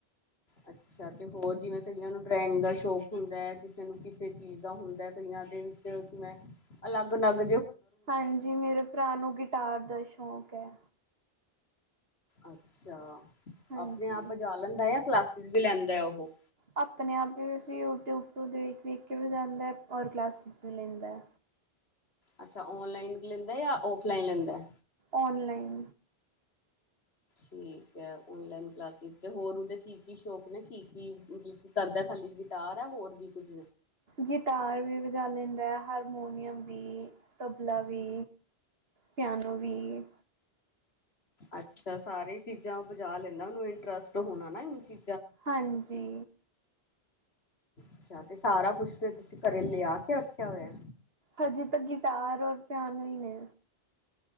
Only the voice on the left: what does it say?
ਅੱਛਾ ਅੱਛਾ ਤੇ ਹੋਰ ਜਿਵੇਂ ਕਈਆਂ ਨੂੰ ਡਰਾਇੰਗ ਦਾ ਸ਼ੌਕ ਹੁੰਦਾ ਹੈ ਕਿਸੇ ਨੂੰ ਕਿਸੇ ਚੀਜ਼ ਦਾ ਹੁੰਦਾ ਹੈ ਕਈਆਂ ਦੇ ਉਸੇ ਅਲੱਗ-ਅਲੱਗ
ਅੱਛਾ
ਆਪਣੇ ਆਪ ਵਜਾ ਲੈਂਦਾ ਆ ਕਲਾਸਿਸ ਵੀ ਲੈਂਦਾ ਉਹ
ਅੱਛਾ ਔਨਲਾਈਨ ਲੈਂਦਾ ਜਾਂ ਔਫਲਾਈਨ ਲੈਂਦਾ।
ਠੀਕ ਹੈ ਓਨਲਾਈਨ ਕਲਾਸਿਸ ਤੇ ਹੋਰ ਉਹਦੇ ਕੀ ਕੀ ਸ਼ੌਕ ਨੇ ਕੀ ਕੀ ਮਤਲਬ ਕੀ ਕਰਦਾ। ਖਾਲੀ ਗਿਟਾਰ ਹੈ ਹੋਰ ਵੀ ਕੁੱਝ
ਅੱਛਾ ਸਾਰੇ ਚੀਜ਼ਾਂ ਬਜਾ ਲੈਂਦਾ ਉਹਨੂੰ ਇੰਟਰਸਟ ਹੋਣਾ ਨਾ ਚੀ
ਅੱਛਾ ਤੇ ਸਾਰਾ ਕੁਛ ਫੇ ਤੁਸੀਂ ਘਰੇ ਲਿਆ ਕੇ ਰੱਖਿਆ ਹੋਇਆ।